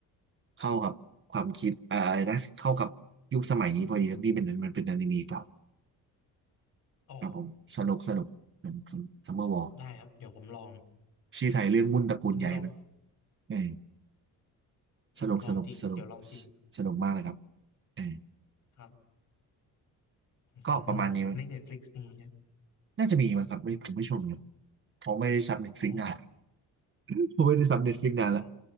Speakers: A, on the right; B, on the left.
A: เข้ากับความคิดอาอะไรนะเข้ากับยุคสมัยนี้พอดีทั้งที่เป็นมันเป็นอนิเมะเก่า
B: อ๋อ
A: ครับผมสนุกสนุกสนุกสนุกซัมเมอร์วอร์
B: ได้ครับเดี๋ยวผมลอง
A: ชื่อไทยเรื่องวุ่นตระกูลใหญ่มัน
B: อันนี้ลอง
A: เออ
B: เออลองจริงเดี๋ยวลองจริง
A: สนุกสนุกสนุกสนุกมากเลยครับเออ
B: ครับ
A: ก็ประมาณนี้มั้ง
B: ซัมเมอร์วอลใน Netflix มีใช่ไหม
A: น่าจะมีมั้งครับไม่ผมไม่ชมเลยเพราะไม่ได้ซับเน็ตฟลิกนาน
B: อ๋อ
A: <laughs> ผมไม่ได้ซับเน็ตฟลิกนานละ
B: อ๋อ